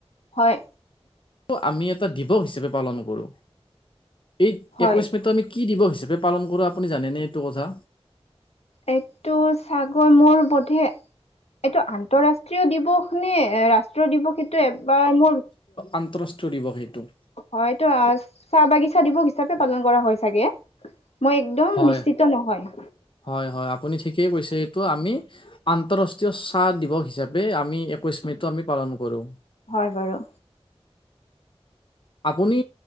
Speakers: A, on the left (about 80°); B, on the left (about 55°).
A: হয়
B: আমি এটা দিৱস হিচাপে পালন কৰো এই
A: হয়।
B: একৈশ মে টো আমি কি দিৱস হিচাপে পালন কৰোঁ আপুনি জানেনে এইটো কথা
A: এইটো চাগৈ মোৰ বধে এইটো আন্তঃৰাষ্ট্ৰীয় দিৱস নে ৰাষ্ট্ৰীয় দিৱস এইটো এবাৰ মোৰ
B: আন্তঃৰাষ্ট্ৰীয় দিৱস সেইটো
A: হয়তো চাহ বাগিচা দিৱস হিচাপে পালন কৰা হয় চাগে মই একদম
B: হয়।
A: নিশ্চিত নহয়
B: হয় হয় আপুনি ঠিকেই কৈছে এইটো আমি আন্তৰাষ্ট্ৰীয় চাহ দিৱস হিচাপে আমি একৈশ মেতো আমি পালন কৰো
A: হয় বাৰু
B: আপুনি